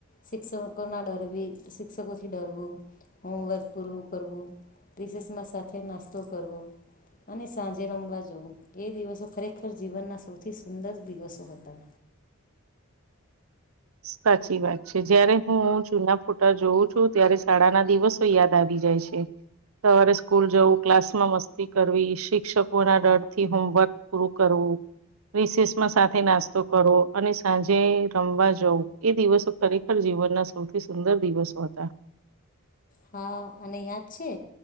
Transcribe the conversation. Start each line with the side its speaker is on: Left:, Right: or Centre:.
Left: શિક્ષકોના ડરવી શિક્ષકો થી ડરવું હોમવર્ક પૂરું કરવું રિસેસમાં સાથે નાસ્તો કરવો અને સાંજે રમવા જવુ એ દિવસો ખરેખર જીવનના સૌથી સુંદર દિવસો હતા.
Right: સાચી વાત છે જયારે હું જૂના ફોટા જોઉં છું ત્યારે શાળા ના દિવસો યાદ આવી જાય છે. સવારે સ્કૂલ જવું ક્લાસમાં મસ્તી કરવી શિક્ષકોના ડરથી હોમવર્ક પૂરું કરવું રિશેષમાં સાથે નાસ્તો કરો અને સાંજે રમવા જવુ એ દિવસો ખરેખર જીવનના સૌથી સુંદર દિવસો હતા.
Left: હા અને યાદ છે